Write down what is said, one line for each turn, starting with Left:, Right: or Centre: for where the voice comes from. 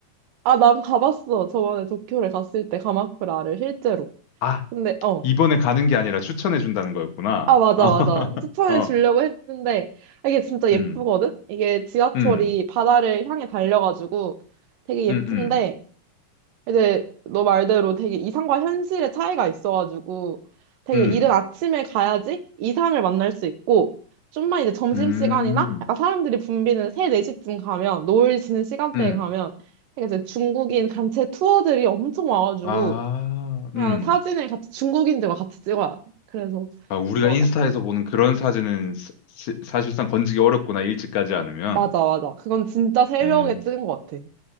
Right: 아, 난 가봤어. 저번에 도쿄를 갔을 때 가마쿠라를 실제로.
Left: 아,
Right: 근데, 어.
Left: 이번에 가는 게 아니라 추천해 준다는 거였구나.
Right: 아, 맞아,
Left: <laughs>
Right: 맞아. 추천해
Left: 어, 어,
Right: 주려고 했는데, 아, 이게 진짜 예쁘거든?
Left: 음,
Right: 이게 지하철이
Left: 음,
Right: 바다를 향해 달려가지고 되게 예쁜데,
Left: 음, 음,
Right: 근데 너 말대로 되게 이상과 현실의 차이가 있어가지고 되게
Left: 음,
Right: 이른 아침에 가야지 이상을 만날 수 있고 좀만 이제 점심시간이나
Left: 음,
Right: 약간 사람들이 붐비는 3, 4시쯤 가면 노을 지는 시간대에
Left: 음,
Right: 가면 그러니까 이제 중국인 단체 투어들이 엄청 와가지고
Left: 아,
Right: 그냥
Left: 음.
Right: 사진을 같이 중국인들과 같이 찍어야 돼. 그래서
Left: 아, 우리가
Right: 뭐
Left: 인스타에서
Right: 약간,
Left: 보는 그런 사진은 사, 시- 사실상 건지기 어렵구나, 일찍 가지 않으면.
Right: 맞아 맞아 그건 진짜 새벽에
Left: 음,
Right: 찍은 것 같아.